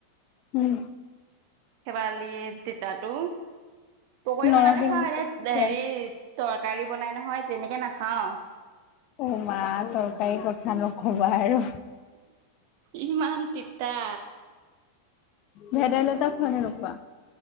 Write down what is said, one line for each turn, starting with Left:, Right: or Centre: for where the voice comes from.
Left: উম,
Right: শেৱালি তিতাটো পকৰী
Left: নৰসিংহ
Right: বনালে খাওঁ এনে
Left: খোৱা?
Right: হেৰি তৰকাৰী বনাই নহয় তেনেকে নাখাওঁ
Left: অ মা তৰকাৰী কথা নক'বা আৰু
Right: ইমান তিতা
Left: ভেদাইলতা খোৱা নে নোখোৱা